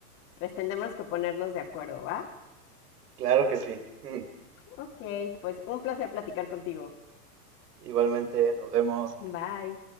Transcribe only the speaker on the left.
Pues tendremos que ponernos de acuerdo, ¿va?
Ok, pues un placer platicar contigo.
Bye.